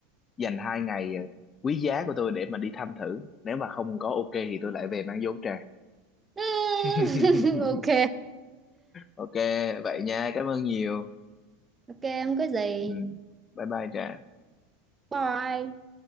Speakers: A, on the left; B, on the right.
A: dành hai ngày uh, quý giá của tôi để mà đi thăm thử nếu mà không có ok thì tôi lại về mang vốn Trà
B: <laughs>
A: <laughs>
B: ok
A: ok vậy nha cảm ơn nhiều
B: ok không có gì
A: ừ. bye bye Trà
B: bye